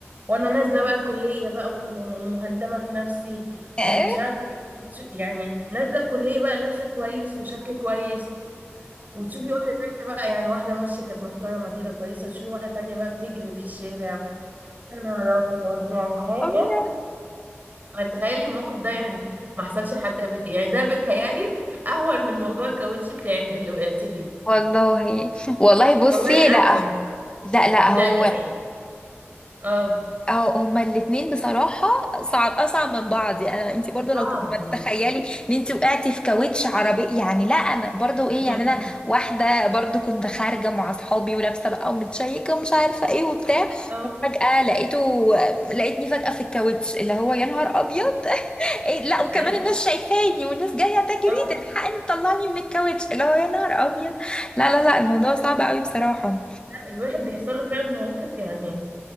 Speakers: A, on the right; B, on the left.
A: وانا نازله بقى الكليه بقى و- ومهندمه في نفسي
B: اه
A: ومش عارفه ايه تش- يعني نازله الكليه بقى لابسه كويس وشكل كويس وتشوفي واحده تانية بقى يعني واحده ماشيه كانت محترمه كده كويسه تشوفي واحده تانية بقى بتجري في الشارع يا نهار ابيض يعني حاجه
B: أبيض
A: يعني تخيلي الموقف ده يعني ما حصلش لحد قبل كده يعني ده بيتهيألي اهون من موضوع الكاوتش بتاعك ده اللي وقعتي فيه
B: والله والله بصي
A: والله
B: لا
A: اهون
B: لا لا
A: يعني
B: هو
A: يعني اه
B: اه هما الاتنين بصراحة صعب أصعب من بعض يعني أنا- انتي برضو
A: صعب
B: لو ما تتخيلي
A: يعني
B: ان انتي وقعتي في كاوتش عربي يعني لا أنا برضو ايه يعني
A: <laughs>
B: أنا واحدة برضو كنت خارجة مع أصحابي ولابسة بقى ومتشيكة ومش عارفة ايه وبتاع
A: اه
B: فجأة لقيته لقيتني فجأة في الكاوتش اللي هو يا نهار أبيض <laughs> إيه لا وكمان
A: ايوه
B: الناس شايفاني والناس جاية تجري
A: اه
B: تلحقني تطلعني من الكاوتش اللي هو يا نهار أبيض لا لا لا الموضوع صعب قوي بصراحة
A: لا الواحد بيحصل له فعلا مواقف يعني